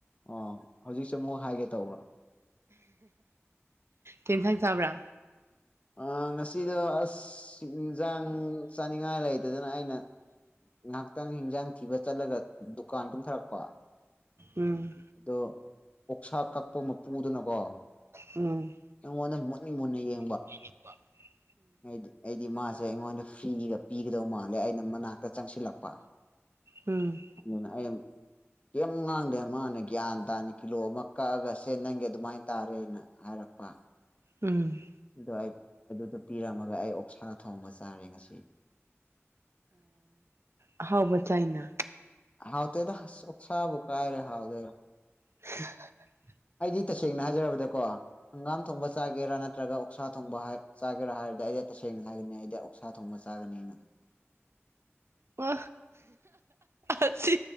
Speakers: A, on the left (about 25°); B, on the right (about 65°).
A: ꯑꯣ ꯍꯧꯖꯤꯛꯁꯨꯦ ꯑꯃꯨꯛ ꯍꯥꯏꯒꯦ ꯇꯧꯕ
B: ꯇꯦꯟꯁꯥꯡ ꯆꯥꯕ꯭ꯔꯥ
A: ꯑ ꯉꯁꯤꯗ ꯑꯁ ꯏꯟꯁꯥꯡ ꯆꯥꯅꯤꯡꯉꯥꯏ ꯂꯩꯗꯗꯅ ꯑꯩꯅ ꯉꯥꯏꯍꯥꯛꯇꯪ ꯍꯤꯟꯖꯥꯡ ꯊꯤꯕ ꯆꯠꯂꯒ ꯗꯨꯀꯥꯟ ꯀꯨꯝꯊꯔꯛꯄ
B: ꯎꯝ
A: ꯑꯗꯣ ꯑꯣꯛꯁꯥ ꯀꯛꯄ ꯃꯄꯨꯗꯨꯅꯀꯣ
B: ꯎꯝ
A: ꯅꯣꯟꯅ ꯃꯅꯤ ꯃꯅꯤꯒ
B: <inaudible>
A: ꯍꯥꯏꯗꯤ ꯑꯩꯗꯤ ꯃꯥꯁꯦ ꯑꯩꯉꯣꯟꯗ ꯐ꯭ꯔꯤꯒ ꯄꯤꯒꯗꯧ ꯃꯥꯜꯂꯦ ꯑꯩꯅ ꯃꯅꯥꯛꯇ ꯆꯪꯁꯤꯜꯂꯛꯄ
B: ꯎꯝ
A: ꯑ ꯀꯩ ꯉꯥꯡꯗꯦ ꯃꯥꯅ ꯒ꯭ꯌꯥꯟ ꯇꯥꯅꯤ ꯀꯤꯂꯣ ꯑꯃ ꯀꯛꯑꯒ ꯁꯦ ꯅꯪꯒꯦ ꯑꯗꯨꯃꯥꯏꯅ ꯇꯥꯔꯦꯅ ꯍꯥꯏꯔꯛꯄ ꯄ
B: ꯎꯝ
A: ꯑꯗꯣ ꯑꯩ ꯑꯗꯨꯗꯣ ꯄꯤꯔꯝꯃꯒ ꯑꯩ ꯑꯣꯛꯁꯥ ꯊꯣꯡꯕ ꯆꯥꯔꯦ ꯉꯁꯤ
B: ꯑꯍꯥꯎꯕ ꯆꯥꯏꯅꯥ
A: ꯍꯥꯎ ꯇꯗ ꯑꯣꯞꯁꯕ ꯀꯥꯏꯔꯦ ꯍꯥꯎꯗꯦ
B: <unintelligible>
A: ꯑꯩꯗꯤ ꯇꯁꯦꯡꯅ ꯍꯥꯏꯖꯔꯕꯗꯀꯣ ꯍꯪꯒꯥꯝ ꯊꯣꯡꯕ ꯆꯥꯒꯦꯔꯥ ꯅꯠꯇ꯭ꯔꯒ ꯎꯛꯁꯥ ꯊꯣꯡꯕ ꯍꯥꯏ ꯆꯥꯒꯦꯔꯥ ꯍꯥꯏꯔꯗꯤ ꯑꯩꯗꯤ ꯇꯁꯦꯡꯅ ꯍꯥꯏꯒꯅꯤ ꯑꯩꯗꯤ ꯑꯣꯛꯁꯥ ꯊꯣꯡꯕ ꯆꯥꯒꯅꯤꯅ
B: ꯑ ꯑꯁꯤ